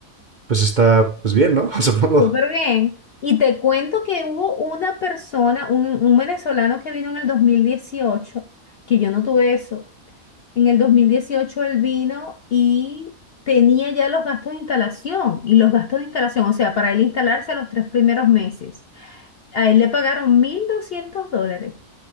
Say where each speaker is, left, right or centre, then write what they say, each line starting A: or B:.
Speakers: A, on the right; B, on the left.
A: Pues está, pues bien, ¿no? <laughs> Supongo.
B: súper bien. Y te cuento que hubo una persona, un, un venezolano que vino en el 2018 que yo no tuve eso. En el 2018 él vino y tenía ya los gastos de instalación y los gastos de instalación, o sea, para él instalarse los tres primeros meses. A él le pagaron 1.200 dólares.